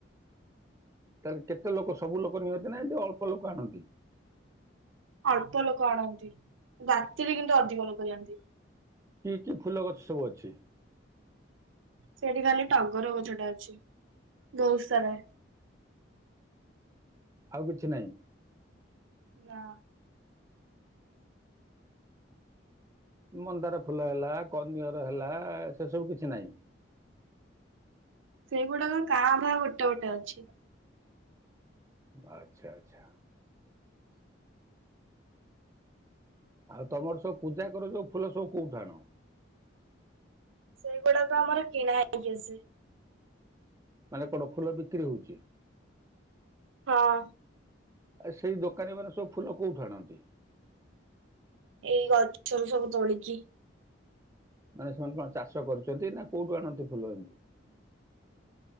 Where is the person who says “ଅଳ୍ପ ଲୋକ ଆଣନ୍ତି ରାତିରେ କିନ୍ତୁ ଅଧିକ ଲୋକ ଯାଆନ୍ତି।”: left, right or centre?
Right